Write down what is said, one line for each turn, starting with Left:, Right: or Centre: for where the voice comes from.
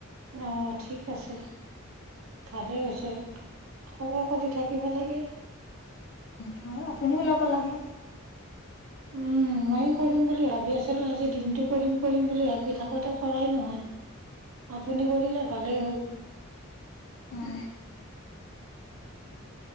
Right: অ ঠিক আছে ভালেই হৈছে, খবৰ কৰি থাকিব লাগে।
Left: হয়, আপুনিও ল'ব লাগে।
Right: উম, মইয়ো কৰিম বুলি ভাবি আছিলোঁ। আজি দিনটো কৰিম কৰিম বুলি ভাবি থাকোতে কৰাই নহ'ল। আপুনি কৰিলে ভালেই হ'ল।
Left: অঁ